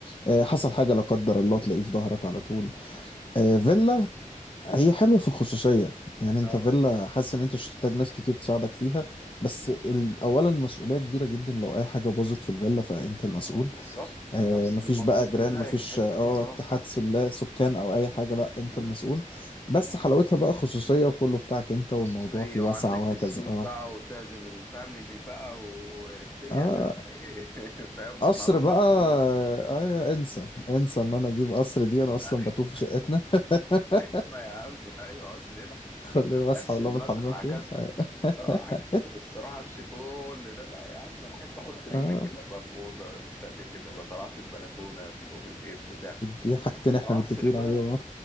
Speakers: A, on the left; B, on the left.
A: آه،
B: اه
A: حصل حاجه لا قدر الله تلاقيه في ظهرك على طول آه، فيلا هي حلوة في الخصوصية يعني انت
B: اه
A: فيلا حاسس ان انت مش هتحتاج ناس كتير تساعدك فيها بس
B: آه،
A: ال- اولا المسؤولية كبيرة جدا لو اي حاجة باظت في الفيلا فانت المسؤول
B: آه، بالظبط
A: آه
B: نفس
A: مفيش
B: المنظور
A: بقى جيران
B: بتاعي
A: مفيش
B: في الحتة
A: اه
B: دي اه
A: اتحاد
B: اه
A: سلا سكان او اي حاجة لا انت
B: آه،
A: المسؤول بس
B: آه.
A: حلاوتها بقى خصوصية وكله بتاعك انت والموضوع
B: خصوصية
A: فيه واسع
B: وعندك
A: وهكذا
B: بسين
A: اه
B: بقى وتعزم الفاميلي بقى والدنيا
A: اه
B: تبقى ايه <laughs> فاهم تطلع
A: قصر
B: لهم
A: بقى
B: بالبرنوس
A: آه انسى انسى ان انا اجيب قصر دي انا اصلا
B: <laughs>
A: بتوه في شقتنا <laughs>
B: ايوه يا عم ايوه قصر ايه
A: كل يوم اصحى
B: كسل
A: والله
B: مثلا
A: الحمام فين
B: عكس
A: آه.
B: اه
A: <laughs>
B: عكس بالصراحه امشي كل ده لا يا عم انا احب احط رجلي
A: آه
B: كده بقى في اوضه التانيه كده بقى طلعت البلكونه في الاوبن اير بتاع
A: دي حاجتين
B: اما
A: احنا متفقين
B: قصر بقى
A: عليهم